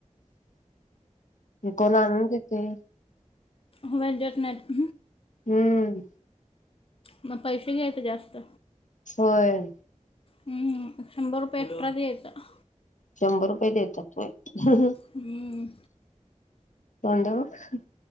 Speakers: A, on the left; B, on the left.
A: कोण आणून देते व्हय
B: व्हयं देत नाहीत.
A: हम्म
B: मग पैसे घ्यायचे जास्त
A: होय
B: हम्म हू शंभर रुपये एक्स्ट्रा रेट चला
A: शंभर रुपये देतात व्हय हम हम
B: हं,
A: तोंड अ बघ